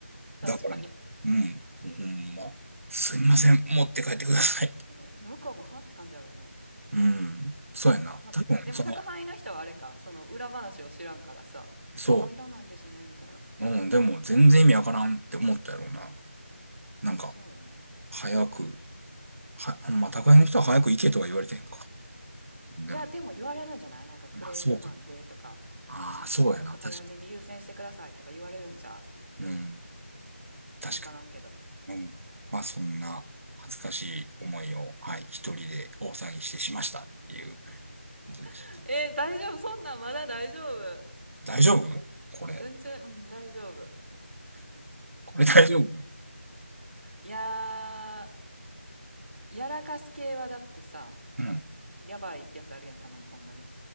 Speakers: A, in the centre; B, on the right (about 75°).
A: 確かに。
B: う。だから、うん。もうほんま。すいません、持って帰ってください。
A: <laughs> 向こうもはって感じやろうな。
B: うん。そうやな。
A: まあ、
B: 多分、
A: でも宅配の人はあれか、
B: その、
A: その裏話を知らんからさ、
B: そ
A: ああ、いらないんですね、みたいな。
B: う。うん、でも全然意味わからんって思ったやろうな。なんか、
A: まあ、そうやん。
B: 早く、は、ほんま、宅配の人は早く行けとは言われてへんか。でも、
A: いや、でも言われるんじゃないなんかクレームなんでとか、
B: まあ、そうか。ああ、
A: なんかちょっと早めに優先してくださいとか言われるんじゃ
B: そうやな。確かに。うん。確かに。
A: うわからんけど。
B: うん。まあ、そんな恥ずかしい思いを、はい、一人で大騒ぎしてしましたっていうことでした。
A: <laughs> えー大丈夫そんなんまだ大丈夫
B: 大丈夫これ。
A: 全然、うん、大丈夫。
B: これ大丈夫
A: いやー、やらかす系はだってさ、
B: うん。
A: やばいやつあるやん、たまにほんまに。